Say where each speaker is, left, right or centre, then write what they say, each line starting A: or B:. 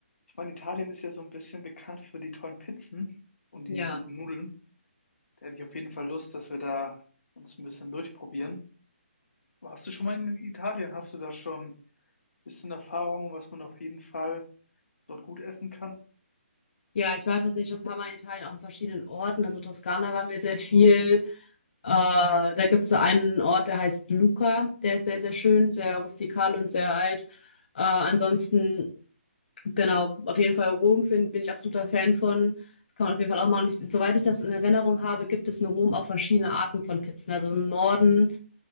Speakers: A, on the left; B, on the left.
A: Ich meine, Italien ist ja so ein bisschen bekannt für die tollen Pizzen und die
B: Ja.
A: guten Nudeln. Da hätte ich auf jeden Fall Lust, dass wir da uns ein bisschen durchprobieren. Warst du schon mal in Italien? Hast du da schon ein bisschen Erfahrung, was man auf jeden Fall dort gut essen kann?
B: Ja, ich war tatsächlich schon ein paar Mal in Italien, auch in verschiedenen Orten. Also Toskana waren wir sehr viel. Äh, da gibt es so einen Ort, der heißt Lucca. Der ist sehr, sehr schön, sehr rustikal und sehr alt. Äh, ansonsten Genau, auf jeden Fall Rom find, bin ich absoluter Fan von. Das kann man auf jeden Fall auch machen. Ich, soweit ich das in Erinnerung habe, gibt es in Rom auch verschiedene Arten von Pizzen. Also im Norden,